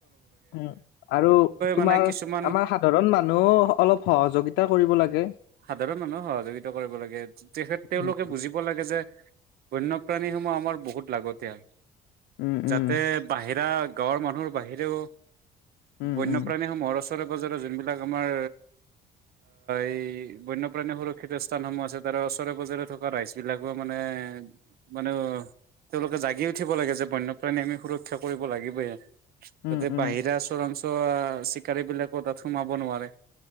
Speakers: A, on the left (about 85°); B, on the right (about 65°).
A: উম আৰু তোমাৰ
B: মানে কিছুমান
A: আমাৰ সাধাৰণ মানুহ অলপ সহযোগিতা কৰিব লাগে। <unintelligible>
B: সাধাৰণ মানুহক সহযোগিতা কৰিব লাগে। তেখেত তেওঁলোকে
A: উম
B: বুজিব লাগে যে বন্যপ্ৰাণীসমূহ আমাৰ বহুত লাগতিয়াল।
A: উম উম
B: যাতে বাহিৰা গাঁৱৰ মানুহৰ বাহিৰেও
A: উম
B: বন্য
A: উম
B: প্ৰাণীসমূহ ৰচ ওচৰে পাজৰে যোনবিলাক আমাৰ এই বন্যপ্ৰাণী সুৰক্ষিত স্থানসমূহ আছে। তাৰ ওচৰে পাজৰে থকা ৰাইচবিলাকো মানে, মানে তেওঁলোকে জাগি উঠিব লাগে যে, বন্যপ্ৰাণী আমি সুৰক্ষা কৰিব লাগিবই। তাতে
A: উম উম
B: বাহিৰা আচৰনচ ত' চিকাৰীবিলাকো তাত সোমাব নোৱাৰে।